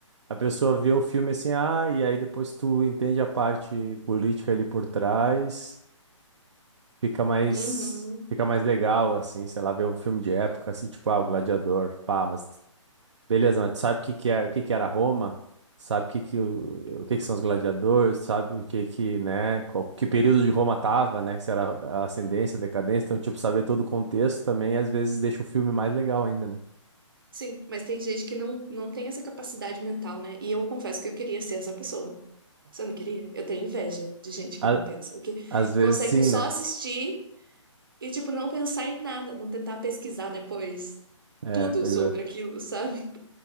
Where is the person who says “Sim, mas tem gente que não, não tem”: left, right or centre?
Right